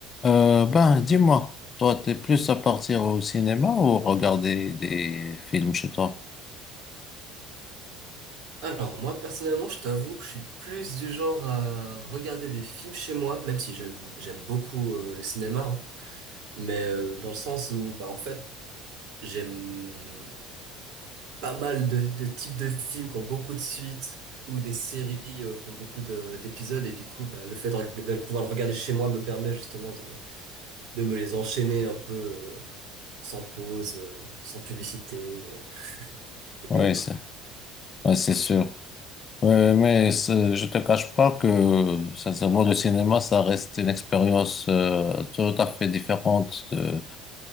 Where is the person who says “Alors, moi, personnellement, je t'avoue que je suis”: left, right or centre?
Right